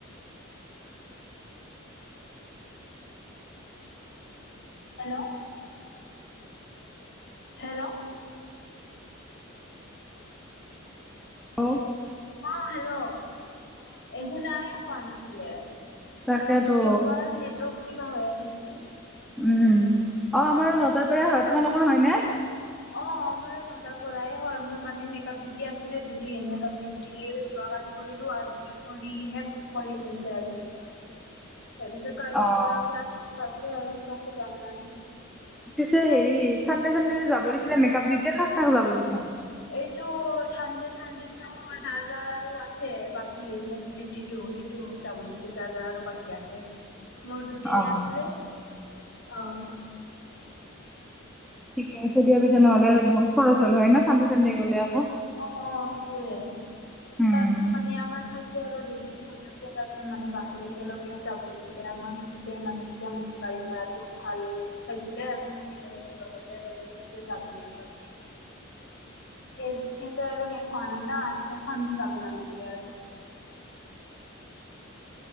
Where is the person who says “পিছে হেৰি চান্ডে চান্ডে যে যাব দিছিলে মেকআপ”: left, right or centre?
Centre